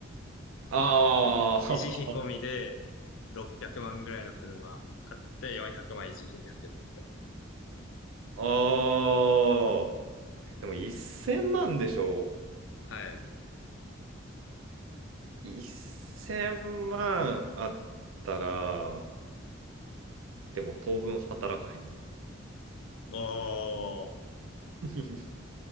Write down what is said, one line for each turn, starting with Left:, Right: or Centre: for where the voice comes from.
Right: ああ、
Left: もう、維持費込みで600万ぐらいの車買って400万維持費に当てるみたい
Right: <laughs> ああ、でも1000万でしょ
Left: な。はい。
Right: ?1000 万あったら、でも当分働かへんな。
Left: おー、
Right: <laughs>